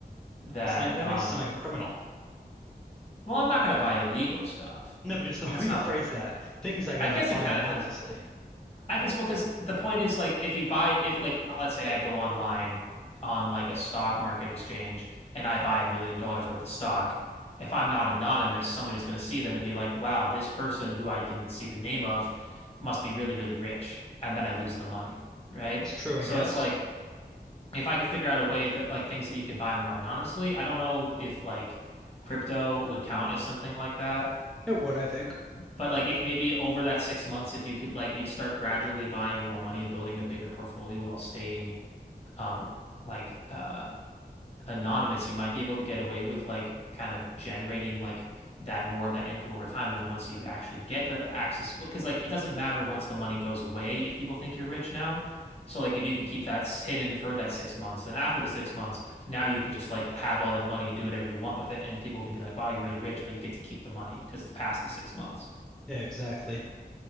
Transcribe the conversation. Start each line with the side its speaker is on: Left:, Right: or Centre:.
Left: that
Centre: This ma- That
Left: um
Centre: makes you sound like a criminal.
Left: well, I'm not gonna buy illegal stuff.
Centre: No, but just the
Left: That's
Centre: <laughs> way you
Left: not
Centre: phrase
Left: the
Centre: that, things I gotta
Left: I guess
Centre: buy
Left: it kind
Centre: anonymously.
Left: of does. I guess well, because the point is like if you buy if like let's say I go online on like a stock market exchange and I buy a million dollars worth of stock, if I'm not anonymous, somebody's going to see that and be like, "Wow, this person who I can see the name of must be really, really rich," and then I lose the money, right?
Centre: It's true,
Left: So
Centre: I guess.
Left: it's like if I could figure out a way that like things that you could buy more anonymously, I don't know if like crypto would count as something like that.
Centre: It would, I think.
Left: But like if maybe over that six months, if you could like you'd start gradually buying more money and building a bigger portfolio while staying um like uh anonymous, you might be able to get away with like kind of generating like that more of that income over time. And then once you actually get the access, because like it doesn't matter once the money goes away if people think you're rich now. So like if you can keep that hidden for that six months, then after the six months, now you can just like have all that money and do whatever you want with it, and people can be like, "Wow, you're really rich," but you get to keep the money because it's past the six months.
Centre: Yeah, exactly.